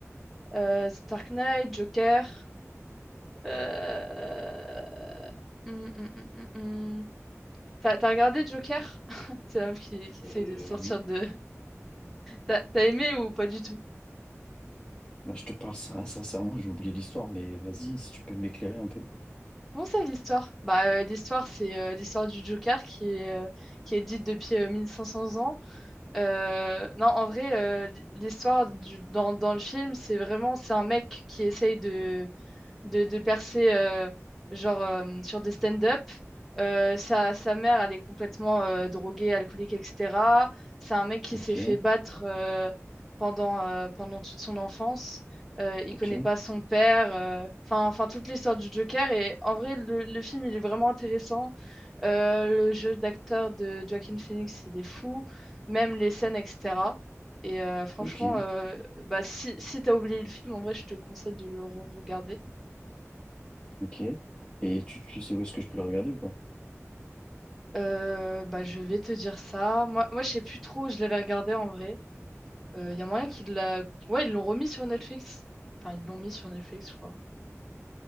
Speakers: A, in the centre; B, on the left.
A: Euh, The Dark Knight, Joker. Euh... hum, hum, hum, hum, hum. T'as, t'as regardé Joker? <laughs> C'est la meuf qui, qui
B: Euh,
A: essaye de sortir
B: oui,
A: de, T'as t'as aimé ou pas du tout?
B: Bah, je te parle ça, sincèrement, j'ai oublié l'histoire, mais vas-y, si tu peux m'éclairer un peu.
A: Comment ça, l'histoire? Bah, euh, l'histoire, c'est euh, l'histoire du Joker qui est, euh, qui est dite depuis euh, 1500 ans. Euh, non, en vrai, euh, l'histoire du, dans, dans le film, c'est vraiment, c'est un mec qui essaye de, de, de percer euh, genre euh, sur des stand-up. Euh, sa, sa mère, elle est complètement euh, droguée, alcoolique, etc. C'est un mec qui
B: Ok,
A: s'est fait battre euh, pendant, euh, pendant toute son enfance. Euh, il
B: ok,
A: connaît pas son père. euh, Enfin, enfin toute l'histoire du Joker. Et en vrai, le, le film, il est vraiment intéressant. Euh, le jeu d'acteur de Joaquin Phoenix, il est fou. Même les scènes, etc. Et euh, franchement,
B: ok,
A: euh, bah, si, si t'as oublié le film, en vrai, je te conseille de le regarder
B: ok. Et tu, tu sais où est-ce que je peux le regarder ou pas?
A: Euh, bah, je vais te dire ça. Moi, moi, je sais plus trop où je l'avais regardé en vrai. Euh, Il y a moyen qu'ils l'a... Ouais, ils l'ont remis sur Netflix. Enfin, ils l'ont mis sur Netflix, je crois.